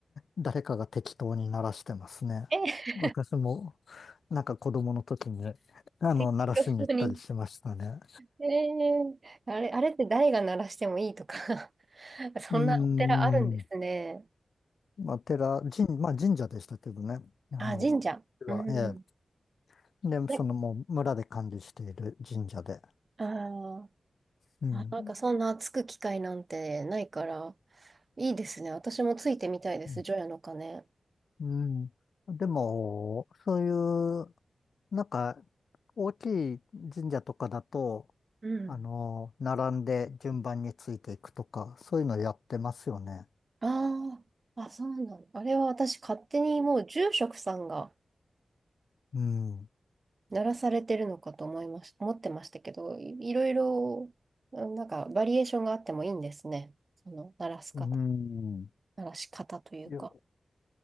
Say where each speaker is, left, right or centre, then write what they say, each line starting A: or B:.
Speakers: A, on the left; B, on the right.
A: 誰かが適当に鳴らしてますね。
B: え、
A: 私もなんか子供の時にあの鳴らしに行ったりしましたね。
B: 適当に。えー、あれ、あれって誰が鳴らしてもいいとか <laughs> そんなお寺あるんですね。
A: うーん。まあ寺、神、まあ神社でしたけどね。あの、
B: あ、神社。うん。
A: は、ええで、
B: ね、
A: そのもう村で管理している神社で。
B: あー
A: うん。
B: あ、なんかそんなつく機会なんてないから、いいですね。私もついてみたいです、
A: う
B: 除夜の鐘。
A: ん。うんでも、そういうなんか、大きい神社とかだと、
B: うん。
A: あの、並んで順番についていくとか、そういうのやってますよね。
B: ああ、あ、そうなの。あれは私勝手にもう住職さんが
A: うん。
B: 鳴らされてるのかと思いまし、思ってましたけど、い、いろいろ、うんなんかバリエーションがあってもいいんですね。その鳴らす方、
A: うん。
B: 鳴らし方というか。
A: いや